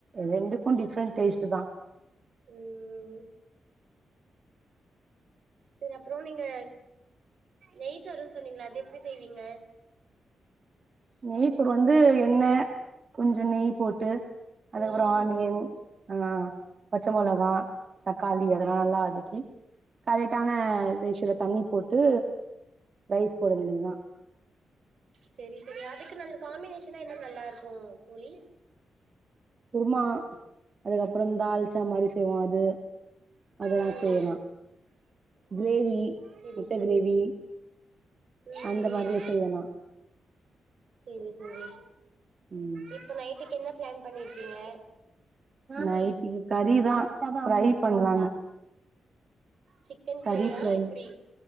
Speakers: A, on the right; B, on the right.
A: ரெண்டுக்கு டிஃப்ரெண்டு டேஸ்ட்டு தா
B: ம் சரி அப்றோ நீங்க நெய் சோருன்னு சொன்னீங்கள அது எப்டி செய்வீங்க
A: நெய் சோறு வந்து எண்ணெ கொஞ்சோ நெய் போட்டு அதுக்கப்றோ
B: ம்
A: ஆனியன் ஆ பச்ச மொளகா தக்காளி அதெல்லா நல்லா வதக்கி கரெட்டான ரேஷ்யோல தண்ணி போட்டு ரைஸ் போட வேண்டியதுதா
B: செரி செரி இது காம்பினேஷனா என்ன நல்லாருக்கு தோழி
A: குருமா அதுக்கப்றோ தால்ச்சா மாரி செய்வோ அது அதெல்லா
B: ம்
A: செய்யலா
B: ம்
A: கிரேவி
B: செரி
A: முட்ட
B: செரி
A: கிரேவி
B: ம்
A: அந்த மாரிலா
B: ம்
A: செய்யலா
B: செரி செரி
A: ம்
B: இப்ப நைட்டுக்கு என்ன பிளான் பண்ணிர்க்கீங்க
A: நைட்டுக்கு கறிதா ஃபிரை பண்ணலான்
B: சிக்கன் ஃப்ரையா
A: கறி ஃப்ரை
B: எப்டி